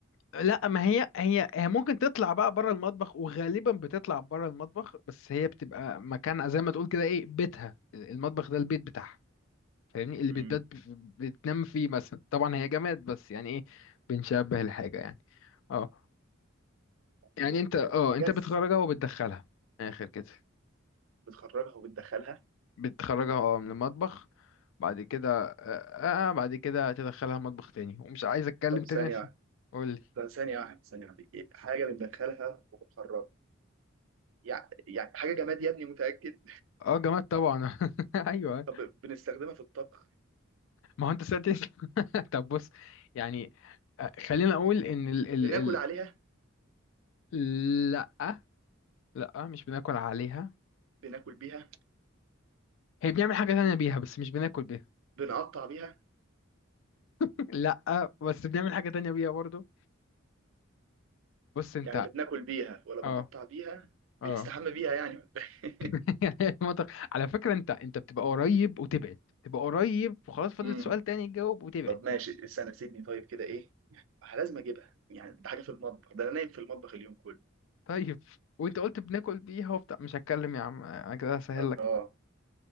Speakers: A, on the left; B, on the right.
A: لا ما هي هي هي ممكن تطلع بقى بره المطبخ وغالبا بتطلع بره المطبخ بس هي بتبقى مكان زي ما تقول كده ايه بيتها المطبخ ده البيت بتاعها فاهمني اللي
B: مم.
A: بتبات بتنام فيه مثلا طبعا هي جماد بس يعني ايه بنشبه الحاجه يعني اه يعني
B: حاجة
A: انت اه
B: حاجة
A: انت بتخرجها وبتدخلها من الاخر كده
B: بتخرجها وبتدخلها
A: بتخرجها اه من المطبخ بعد كده آه, اه بعد كده تدخلها مطبخ تاني ومش عايز اتكلم
B: طب
A: تاني
B: ثانية
A: عشان
B: واحدة.
A: قول لي
B: ده ثانية واحدة ثانية واحدة إيه؟ حاجة بندخلها وبنخرجها يعني يعني حاجة جماد يا ابني متأكد
A: اه جماد طبعا <laughs> ايوه
B: <laughs> طب بنستخدمها في الطبخ
A: ما هو انت سألت <laughs> طب بص يعني آه، خلينا اقول ان ال ال
B: بناكل
A: ال
B: عليها
A: لا لا مش بناكل عليها
B: بناكل بيها
A: هي بنعمل حاجة تانية بيها بس مش بناكل بيها
B: بنقطع بيها
A: <laughs> لا بس بنعمل حاجة تانية بيها برضو بص انت
B: يعني اللي بناكل بيها ولا بنقطع
A: اه
B: بيها
A: اه
B: بنستحمى بيها يعني ولا إيه؟
A: <laughs> يعني المنطق على فكرة انت انت بتبقى قريب وتبعد تبقى قريب وخلاص
B: <laughs>
A: فاضل
B: امم
A: سؤال تاني تجاوب وتبعد
B: طب ماشي استنى سيبني طيب كده ايه يعني لازم اجيبها يعني ده حاجة في المطبخ ده انا نايم في المطبخ اليوم كله
A: طيب وانت قلت بناكل بيها وبتاع مش هتكلم يا عم انا كده هسهل
B: اه
A: لك